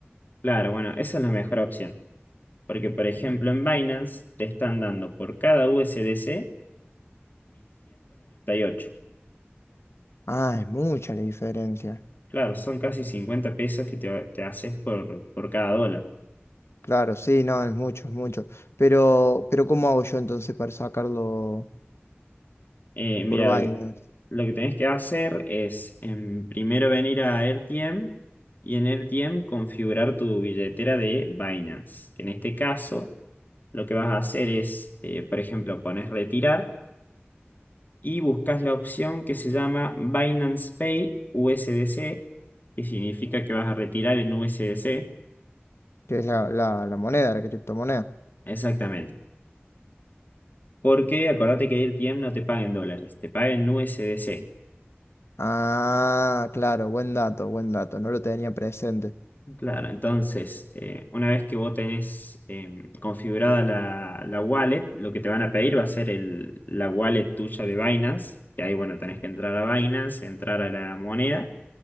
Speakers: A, on the left; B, on the left.
A: claro, bueno, esa es la mejor opción. Porque, por ejemplo, en Binance te están dando por cada USDC ocho
B: Ah, es mucha la diferencia.
A: Claro, son casi 50 pesos que te, te haces por, por cada dólar.
B: Claro, sí, no, es mucho, es mucho. Pero, pero ¿cómo hago yo entonces para sacarlo
A: Eh, mira,
B: por Binance?
A: lo que tenés que hacer es em, primero venir a RTM y en RTM configurar tu billetera de Binance. Que En este caso, lo que vas a hacer es, eh, por ejemplo, pones retirar y buscas la opción que se llama Binance Pay USDC, que significa que vas a retirar en USDC.
B: Que es la, la, la moneda, la criptomoneda.
A: Exactamente. Porque acordate que RTM no te paga en dólares, te paga en USDC.
B: Ah, claro, buen dato, buen dato. No lo tenía presente.
A: Claro, entonces, eh, una vez que vos tenés em, configurada la, la wallet, lo que te van a pedir va a ser el, la wallet tuya de Binance, que ahí, bueno, tenés que entrar a Binance, entrar a la moneda